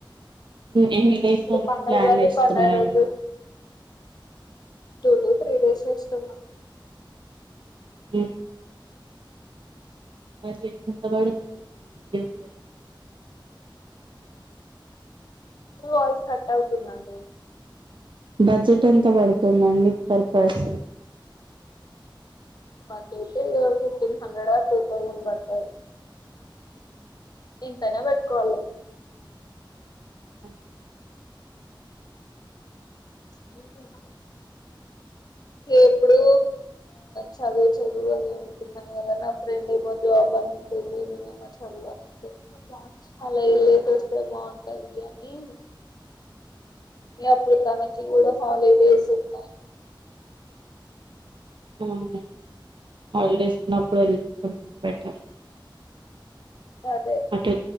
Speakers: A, on the right (about 70°); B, on the left (about 50°).
A: ఎన్ని డేస్
B: పండగ
A: ప్లాన్
B: ఉగాది
A: చేస్తున్నారం
B: పండగ రోజు టూ టు త్రీ డేస్ ఇష్టమా
A: ఓ మాజ టంత వాడుతు మ
B: వాయిస్ కట్ అవుతుందండి
A: బడ్జెట్ ఎంత పడుతుందండి ఫర్ పర్పన్
B: మైతే ఇది ఫిఫటీన్ హండ్రెడ్ ఆ టూ తౌసండ్ బడుతారు ఇంతనా పెట్టుకోవల
A: ఓ
B: బ ఎప్పుడుూ చదువు చదువు అని ఉంటున్నాను కదా నా ఫ్రెండ్ ఏమో జాబ్ అనింటుంది నేనేమో చదువు అని అంటుంది బా అలా వెల్ళ చూస్తే బాగుంటది అని మీప్పుడుతనానికి ఓడ హాలిడేస్ ఉన్నాయి
A: అవు హాలిడేస్ ఉన్నప్పుడు వెళ్తే కొంచెం బెటర్
B: అ
A: అటు